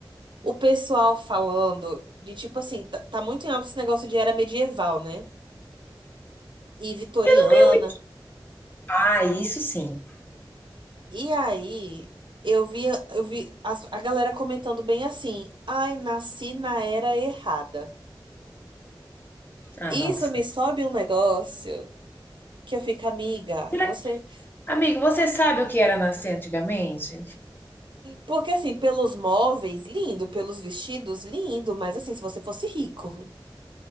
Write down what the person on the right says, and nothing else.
O pessoal falando de tipo assim, tá, tá muito em alta esse negócio de era medieval, né? E vitoriana.
E aí, eu vi, eu vi as- a galera comentando bem assim: "Ai, nasci na era errada".
Isso
me sobe um negócio que eu fico, amiga,
você
Porque assim, pelos móveis, lindo, pelos vestidos, lindo, mas assim, se você fosse rico.